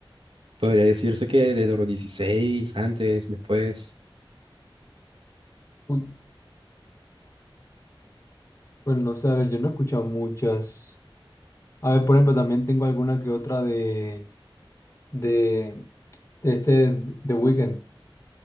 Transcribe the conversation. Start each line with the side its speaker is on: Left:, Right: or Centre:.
Right: Podría decirse que de los 16, antes, después.
Left: Uy, pues no sé, a ver, yo no he escuchado muchas. A ver, por ejemplo, también tengo alguna que otra de, de, de este The Weeknd.